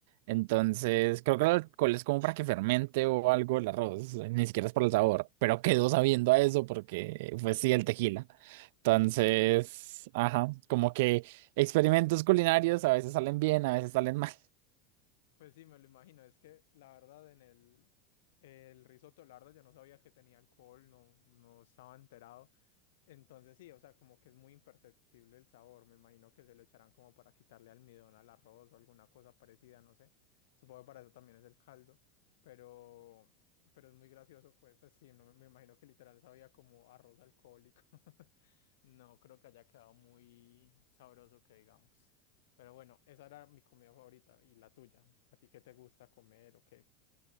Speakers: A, on the right (about 65°); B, on the left (about 80°).
A: Entonces, creo que el alcohol es como para que fermente o algo el arroz, ni siquiera es por el sabor, pero quedó sabiendo a eso porque fue sí el tequila. Entonces, ajá, como que experimentos culinarios a veces salen bien, a veces salen mal.
B: Pues sí, me lo imagino, es que la verdad en el, el risotto, la verdad yo no sabía que tenía alcohol, no, no estaba enterado. Entonces sí, o sea, como que es muy imperceptible el sabor. Me imagino que se lo echarán como para quitarle almidón al arroz o alguna cosa parecida, no sé. Supongo que para eso también es el caldo, pero, pero es muy gracioso, pues pues, sí, no, me me imagino que literal sabía como arroz alcohólico. <laughs> No creo que haya quedado muy sabroso que digamos. Pero bueno, esa era mi comida favorita y la tuya. ¿A ti qué te gusta comer o qué?